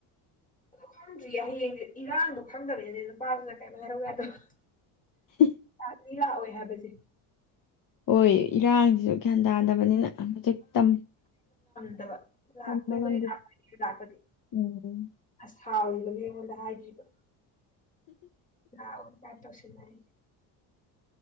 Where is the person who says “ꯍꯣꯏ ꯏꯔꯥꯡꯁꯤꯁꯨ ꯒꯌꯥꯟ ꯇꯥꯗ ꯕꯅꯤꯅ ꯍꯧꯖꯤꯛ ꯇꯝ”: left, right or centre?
Left